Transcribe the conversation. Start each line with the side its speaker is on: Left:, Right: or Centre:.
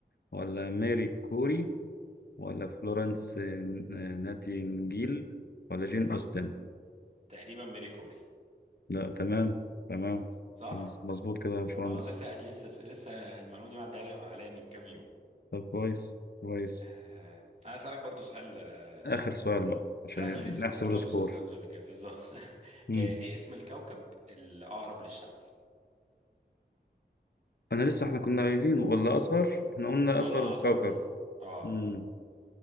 Left: ولا ماري كوري ولا فلورنس آه، ناتينجيل ولا جين أوستن
Right: تقريبا ميري كوري
Left: لا تمام تمام
Right: صح؟
Left: مز- مظبوط كده يا باشمهندس
Right: اه لسه لسه لسه المعلومة دي معدية عليا عليا من كام يوم
Left: طب كويس كويس
Right: آه. انا اسالك برضو سؤال آه،
Left: آخر سؤال بقى عشان
Right: سهل اسم-
Left: نحسب
Right: مرتبط
Left: السكور
Right: بالسؤال اللي قبل كده بالظبط <laughs>
Left: مم.
Right: آه، ايه اسم الكوكب الاقرب للشمس؟
Left: أنا لسه إحنا كنا قايلين ولا أصغر إحنا قلنا أصغر
Right: انا
Left: كوكب
Right: اصغر اه
Left: مم.